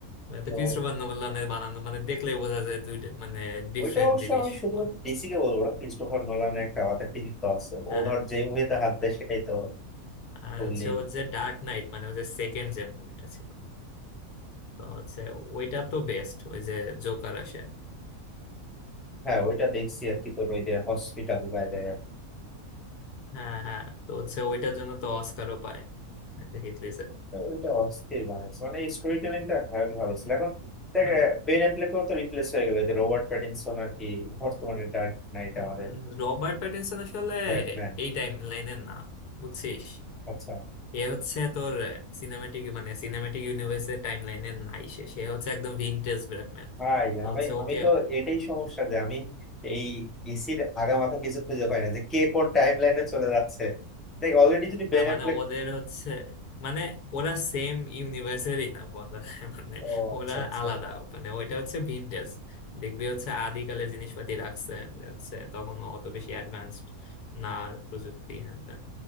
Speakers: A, on the left; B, in the centre.
A: তো
B: তো
A: ক্রিস্টোফার নোলানের বানানো মানে দেখলেই বোঝা যায় দুইটা মানে ডিফারেন্ট
B: ওইটা অবশ্য
A: জিনিস
B: আমি শুধুমাত্র
A: ওর।
B: ডিসি কে বলবো না ক্রিস্টোফার নোলানের একটা আলাদা কৃতিত্ব আছে
A: হ্যাঁ
B: ও ধর যে মুভিতে হাত দেয় সেটাই তো
A: আর
B: বললি
A: হচ্ছে ওর যে ডার্ক নাইট মানে ওই যে সেকেন্ড যে মুভিটা ছিল তো হচ্ছে ওইটা তো বেস্ট ওই যে জোকার আসে
B: হ্যাঁ ওইটা দেখছি আর কি তোর ওই যে হসপিটাল বাইরে
A: হ্যাঁ হ্যাঁ তো হচ্ছে ওইটার জন্য তো অস্কারও পায় হিথ লেজার
B: তো ওইটা অস্থির বানাইছে মানে স্টোরি টেলিংটা হেভি ভালো ছিল এখন দেখ
A: মানে
B: বেন অ্যাফ্লেকও তো রিপ্লেস হয়ে গেল যে রবার্ট প্যাটিনসন আর কি বর্তমানে ডার্ক নাইট
A: উম,
B: আমাদের
A: রবার্ট প্যাটিনসন আসলে
B: ব্যাটম্যান
A: এই টাইম লাইনের না বুঝছিস
B: আচ্ছা
A: এ হচ্ছে তোর সিনেমাটিক মানে সিনেমাটিক ইউনিভার্সের টাইম লাইনের নাই সে সে হচ্ছে একদম ভিনটেজ ব্যাটম্যান
B: ভাই
A: তো
B: আমি
A: হচ্ছে
B: আমি
A: ওকে
B: তো এটাই সমস্যা যে আমি এই ডিসির আগামাথা কিছু খুঁজে পাই না যে কে কোন টাইম লাইনে চলে যাচ্ছে দেখ অলরেডি যদি বেন
A: না
B: অ্যাফ্লেক
A: মানে ওদের হচ্ছে মানে ওরা সেম ইউনিভার্সেরই না বলা যায়। <laughs> মানে
B: ও
A: ওরা
B: আচ্ছা আচ্ছা
A: আলাদা মানে ওইটা হচ্ছে ভিনটেজ দেখবি হচ্ছে আদিকালে জিনিসপাতি রাখছে যে হচ্ছে তখন অত বেশি অ্যাডভান্সড না প্রযুক্তি হ্যান ত্যান।